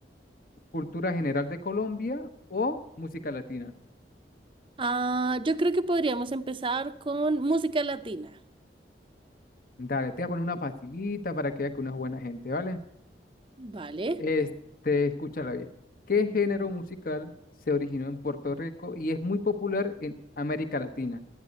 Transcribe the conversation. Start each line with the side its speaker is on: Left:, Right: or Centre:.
Left: cultura general de Colombia o música latina.
Right: Ah, yo creo que podríamos empezar con música latina.
Left: Dale, te voy a poner una facilita para que veas que uno es buena gente, ¿vale?
Right: Vale.
Left: Este, escúchala bien. ¿Qué género musical se originó en Puerto Rico y es muy popular en América Latina?